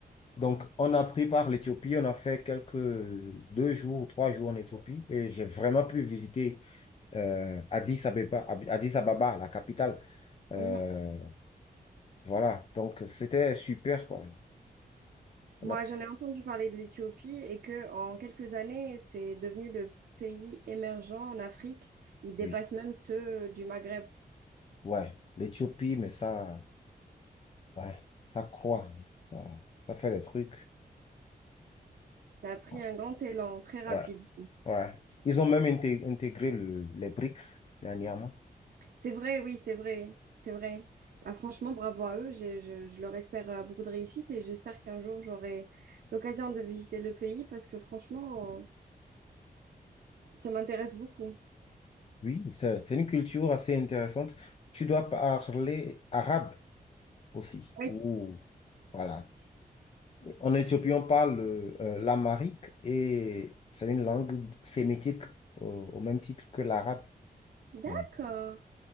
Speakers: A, on the left; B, on the right.
A: Donc, on a pris par l'Éthiopie, on a fait quelques deux jours ou trois jours en Éthiopie et j'ai vraiment pu visiter euh, Addis Abeba, Ab- Addis Ababa, la capitale. Euh,
B: Mhm.
A: voilà, donc c'était super quoi. On
B: Moi,
A: a pu-
B: j'en ai entendu parler de l'Éthiopie et que en quelques années, c'est devenu le pays émergent en Afrique. Il dépasse
A: oui,
B: même ceux du Maghreb.
A: ouais, l'Éthiopie, mais ça, ouais, ça croît, hein. ça, ça fait des trucs.
B: Ça a pris
A: Ouais,
B: un grand élan très rapide.
A: ouais. Ouais. Ils ont même inté- intégré le, les BRICS dernièrement.
B: C'est vrai, oui, c'est vrai, c'est vrai. Ah, franchement, bravo à eux. J'ai- Je, je leur espère euh, beaucoup de réussite et j'espère qu'un jour j'aurai l'occasion de visiter le pays parce que franchement, euh, ça m'intéresse beaucoup.
A: Oui, c'est c'est une culture assez intéressante. Tu dois parler arabe aussi.
B: Oui.
A: Ou voilà. En Éthiopie, on parle euh, l'amharique et c'est une langue sémitique euh, au même titre que l'arabe.
B: D'accord,
A: Mm.